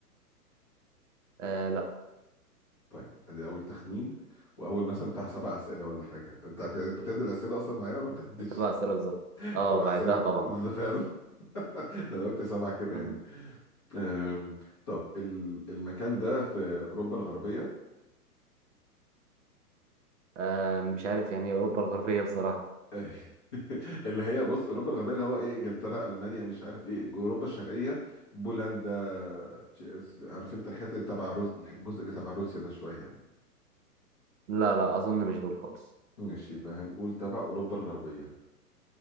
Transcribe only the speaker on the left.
طيب ادي اول تخمين واول مثلا بتاع سبع اسئله ولا حاجه انت بت- بتعد الاسئله اصلا معايا ولا ما بتعدش
<laughs>
سبع
اسئله ده
ده فعلا <laughs> ده انا قلت سبعه كده
يعني أم، طب ال- المكان ده في اوروبا الغربيه
<laughs> اللي هي بص اوروبا الغربيه اللي هو ايه انجلترا المانيا مش عارف ايه اوروبا الشرقيه بولندا تش- عارف انت الحته اللي تبع روس الجزء اللي تبع روسيا ده شويه يعني
ماشي يبقى هنقول تبع اوروبا الغربيه